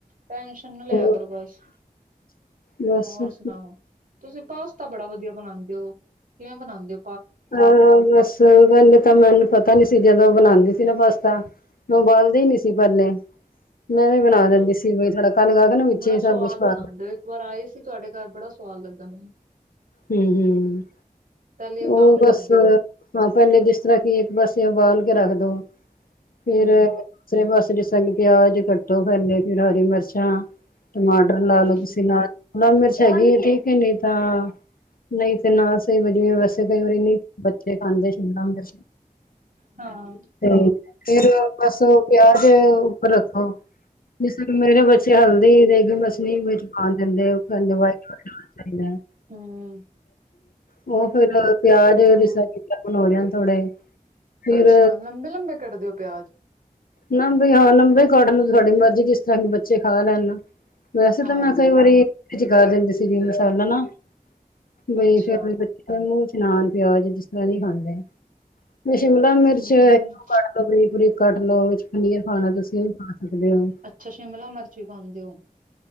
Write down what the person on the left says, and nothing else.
ਹੋਰ
ਬਸ
ਅ
ਹ ਬਸ ਗੱਲ ਤਾਂ ਮੈਨੂੰ ਪਤਾ ਨੀ ਸੀ ਜਦੋਂ ਓ ਬਣਾਦੇ ਸੀ ਨਾ ਪਾਸਤਾ ਮੈਂ ਬਾਲਦੀ ਨੀ ਸੀ ਪੇਲੇ। ਮੈਂ ਵੀ
ਬਣਾ ਦਿੰਦੀ ਸੀਈ ਥੋੜਾ ਕੱਲ੍ਹ ਦਾਅ ਕ ਨਾ ਵਿੱਚ
ਹੀ
ਸਭ ਕੁਛ ਪਾ
ਹੂੰ-ਹੂੰ
ਓ
ਬਸ।
ਹਾਂ ਪਹਿਲੇ ਜਿਸ ਤਰ੍ਹਾਂ ਕਿ ਇੱਕ ਪਾਸੇ ਉਬਾਲ ਕੇ ਰੱਖਦੋ ਫੇਰ
ਸਰੇ ਪਾਸੇ ਪਿਆਜ ਕੱਟੋ ਫਿਰ ਫਰ ਹਰੀ ਮਿਰਚਾਂ, ਟਮਾਟਰ ਲਾ
ਲਓ ਤੁਸੀਂ ਨਾ ਨਾਲ ਮਿਰਚ ਹੈਗੀ ਠੀਕ ਐ ਨੀ ਤਾਂ ਨਹੀਂ ਤੇ ਨਾ ਸਹੀ ਵਜਵੇ ਵੈਸੇ ਕਈ ਵਾਰੀ ਨਹੀਂ ਬੱਚੇ ਖਾਂਦੇ ਸ਼ਡ ਕਰ
ਤੇ ਫਿਰ ਬਸ ਪਿਆਜ ਉੱਪਰ ਰੱਖੋ ਜ ਮੇਰੇ ਬੱਚੇ ਹਲਦੀ ਦੇਗੀ ਮਛਲੀ ਵਿੱਚ ਪਾਉਣ ਦਿੰਦੇ ਆ ਉਹ ਕਹਿੰਦੇ ਵਾਇਟ ਵਾਇਟ
ਉਹ ਫੇਿਰ ਪਿਆਜ
ਰਿਸਬਨ ਹੋ ਜਾਣ ਥੋੜੇ ਫਿਰ
ਨਾ ਹਾਂ ਲੰਬੇ ਕਟਲੋ ਤੁਹਾਡੀ ਮਰਜ਼ੀ ਕਿਸ ਤਰ੍ਹਾਂ ਬੱਚੇ ਖਾ ਲੈਣ ਵੈਸੇ
ਤਾਂ ਮੈਂ ਕਈ ਵਾਰੀ ਵਿਚ ਹੀ ਨਾ ਦਿੰਦੀ ਸੀ ਮਸਾਲਾ ਨਾ ਬ
ਫਿਰ ਮੂੰਹ ਚਨਾਨ ਪਿਆਜ ਜਿਸ ਤਰ੍ਹਾਂ ਨਹੀਂ ਖਾਂਦੇ। ਸ਼ਿਮਲਾ ਮਿਰਚ
ਇਹ ਕੱਟ ਲੋ ਬਰੀਕ ਬਰੀਕ ਕੱਟ ਲੋ ਪਨੀਰ ਖਾਣਾ ਤੁਸੀਂ ਵੀ ਖਾ ਸਕਦੇ ਹੋ